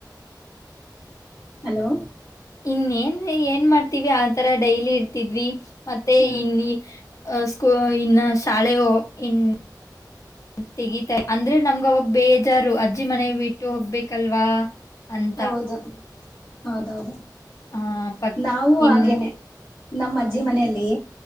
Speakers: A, on the left; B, on the left.
A: ಹಲೋ.
B: ಇನ್ ಏನ್ ಏನ್ ಮಾಡ್ತೀವಿ ಆತರ ಡೈಲಿ ಇರ್ತಿದ್ವಿ. ಮತ್ತೆ
A: ಹ
B: ಇನ್ನಿ. ಅ ಸ್ಕೂ ಇನ್ನ ಶಾಲೆಯೋ <unintelligible> ಇನ್ <unintelligible> ತೆಗಿತಾರೆ ಅಂದ್ರೆ ನಮ್ಗ್ ಅವಾಗ್ ಬೇಜಾರು ಅಜ್ಜಿ ಮನೆ ಬಿಟ್ಟು ಹೋಗ್ಬೇಕಲ್ವಾ. ಅಂತ.
A: ಹೌದು. ಹೌದೌದು.
B: ಆ ಪಕ್
A: ನಾವು
B: ಇನ್
A: ಆಗೇನೆ. ನಮ್ ಅಜ್ಜಿ ಮನೆಲ್ಲಿ.